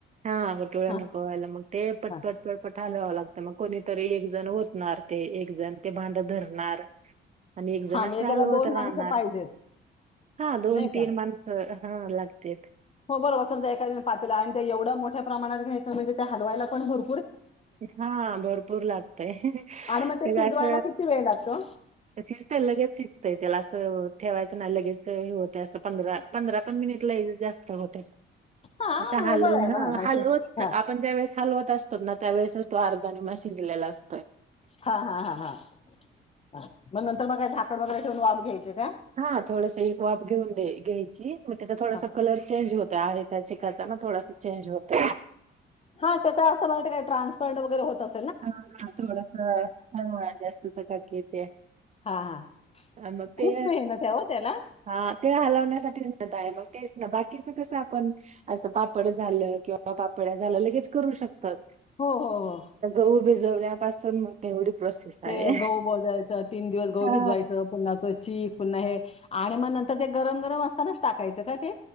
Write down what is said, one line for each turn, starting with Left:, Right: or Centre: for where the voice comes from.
Right: हा गुटळ्या
Left: हा
Right: नको व्हायला मग ते पटपट
Left: हा
Right: पटपट हलवावं लागतं मग कोणीतरी एक जण ओतणार ते एक जण ते भांड धरणार आणि एक जण
Left: हा
Right: असं
Left: म्हणजे त्याला
Right: हलवत
Left: दोन माणसं
Right: राहणार
Left: पाहिजेत
Right: हा दोन
Left: नाही
Right: तीन
Left: का
Right: माणसं ह लागत्यात
Left: हो बरोबर समजा एखादयाने पातेल आणि ते एवढं मोठ्या प्रमाणात घ्यायचं म्हणजे त्या हलवायला पण भर
Right: हा भरपूर लागतय
Left: आणि मग ते
Right: सगळं
Left: शिजवायला
Right: अस
Left: किती वेळ लागतो
Right: शिजतयं लगेच शिजतयं त्याला अस ठेवायचं नाय लगेच हे होतय असं पंधरा पंधरा पण मिनिट लय जास्त होतेत
Left: हा
Right: असं
Left: मग
Right: हलवुन
Left: बरं आहे
Right: ह
Left: मग हा अशी
Right: हलवत
Left: हा
Right: आपण ज्या वेळेस हालवत असतात ना त्यावेळेसच तो अर्धा निम्मा शिजल्याला अस
Left: हा हा हा हा मग नंतर मग काय झाकण वगैरे ठेवून वाफ घ्यायची का
Right: हा थोडस एक वाफ घेऊन दयाय घ्यायची मग त्याचा थोडासा
Left: हा
Right: कलर चेंज होत त्या आहे त्या चिकाचा ना थोडासा चेंज होत
Left: हा त्याच असं मला वाटत काय ट्रान्सपरंट वगैरे होत अस
Right: ह थोडस जास्त चकाकी येतेय
Left: हा हा
Right: मग
Left: खूप
Right: ते
Left: मेहनत आहे हो त्याला.
Right: हा ते हलव कशाटी झुरत हाय तो तेच ना बाकी सगळं सा पण असं पापड झालं किंवा पापड्या झाल्या लगेच करू शकतात
Left: हो हो हो
Right: मुग भिजवल्यापासून मग तेवढी प्रोसेस
Left: ते
Right: आहे
Left: गहू बजायचं तीन दिवस गहू
Right: हा
Left: भिजवायचं पुन्हा तेच चिप नाय आणि म नंतर ते गरम गरम असतानाच टाकायच का ते